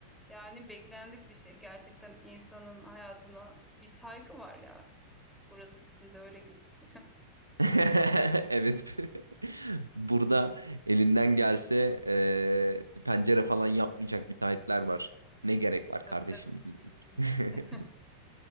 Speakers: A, in the centre; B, on the right.
A: Yani beklendik bir şey. Gerçekten insanın hayatına bir saygı var ya. Burası dışında öyle gözüküyor.
B: <laughs> Evet. <laughs> Burada elinden gelse e, pencere falan yapmayacak müteahhitler var. Ne gerek var kardeşim?
A: Tabii tabii ki,
B: diyecek.
A: kesinlikle.
B: <laughs>
A: <laughs>